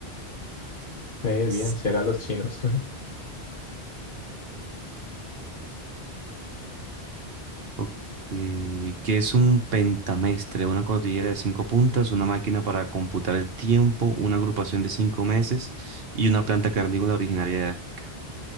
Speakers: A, on the left; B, on the right.
A: Eh, bien,
B: Sí.
A: si eran los chinos. <laughs>
B: Ok, ¿Qué es un pentamestre? Una cordillera de cinco puntas, una máquina para computar el tiempo, una agrupación de cinco meses y una planta carnívora originaria de África.